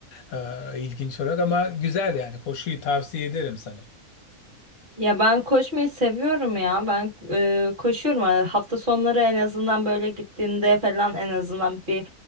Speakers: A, on the left (about 70°); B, on the right (about 35°).
A: Ee, ilginç olarak ama güzel yani koşuyu tavsiye ederim sana.
B: Ya ben koşmayı seviyorum ya. Ben e, koşuyorum. Yani hafta sonları en azından böyle gittiğimde falan en azından bir